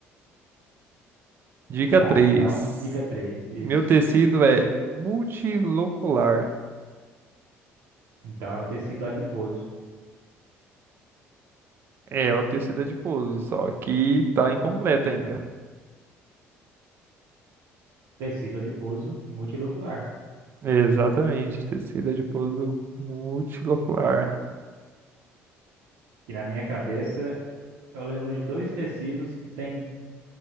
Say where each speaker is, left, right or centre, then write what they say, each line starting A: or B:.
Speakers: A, on the right (about 45°); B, on the right (about 80°).
A: Dica
B: Tá,
A: 3.
B: então, dica 3 isso.
A: Meu tecido é multilocular.
B: Então é o tecido adiposo.
A: É, o tecido adiposo, só que tá incompleto ainda.
B: Tecido adiposo multilocular.
A: Exatamente, tecido adiposo multilocular.
B: Que na minha cabeça eu lembro de dois tecidos que têm